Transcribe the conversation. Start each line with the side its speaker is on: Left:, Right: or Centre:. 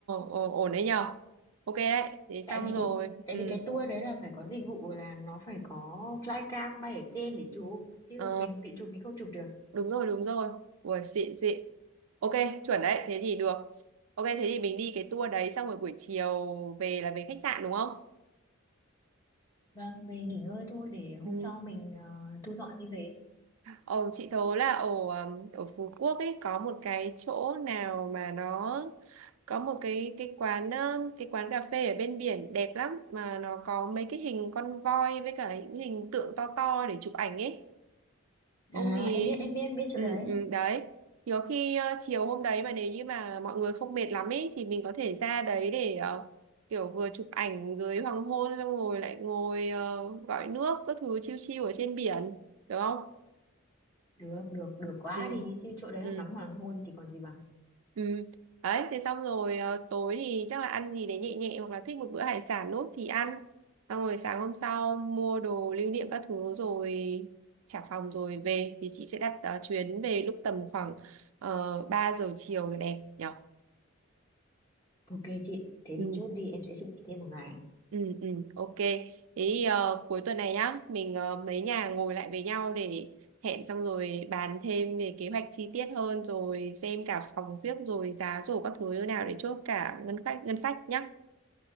Right: ồ, ổn đấy nhờ ok đấy thế
Left: tại
Right: xong
Left: vì
Right: rồi
Left: cái tại
Right: ừ
Left: vì cái tour đấy là phải có dịch vụ là nó phải có flycam bay ở trên để chụp chứ
Right: ờ
Left: còn mình tự chụp mình không chụp được
Right: đúng rồi đúng rồi ui xịn xịn ok chuẩn đấy thế thì được ok thế thì mình đi cái tour đấy xong rồi buổi chiều về là về khách sạn đúng không
Left: vâng về nghỉ ngơi thôi để hôm
Right: Ừ.
Left: sau mình ờ, thu dọn đi về
Right: Ồ, chị thố là ở um, ở Phú Quốc ấy có một cái chỗ nào mà nó có một cái cái quán um, cái quán cà phê ở bên biển đẹp lắm mà nó có mấy cái hình con voi với cả những hình tượng to to để chụp ảnh ấy. Ông
Left: À,
Right: thì
Left: em biết em biết em biết chỗ
Right: ừ,
Left: đấy.
Right: ừ, đấy. Thì có khi uh, chiều hôm đấy mà nếu như mà mọi người không mệt lắm ấy thì mình có thể ra đấy để uh, kiểu vừa chụp ảnh dưới hoàng hôn xong rồi lại ngồi uh, gọi nước các thứ chiêu chiêu ở trên biển được không?
Left: Được được được quá
Right: Ừ.
Left: đi chứ chỗ đấy
Right: Ừ.
Left: mà ngắm hoàng hôn thì còn gì bằng.
Right: Ừ. Đấy, thế xong rồi ờ, tối thì chắc là ăn gì đấy nhẹ nhẹ hoặc là thích một bữa hải sản nốt thì ăn. Xong rồi sáng hôm sau mua đồ lưu niệm các thứ rồi trả phòng rồi về thì chị sẽ đặt ờ, chuyến về lúc tầm khoảng uh, 3 giờ chiều là đẹp nhỉ?
Left: Ok chị, thế
Right: Ừ,
Left: thì chốt đi em sẽ xin nghỉ thêm một ngày.
Right: ừ, ừ, ok. Thế thì ờ, cuối tuần này nhá, mình ờ, mấy nhà ngồi lại với nhau để hẹn xong rồi bàn thêm về kế hoạch chi tiết hơn rồi xem cả phòng viết rồi giá rổ các thứ như nào để chốt cả ngân khách ngân sách nhá.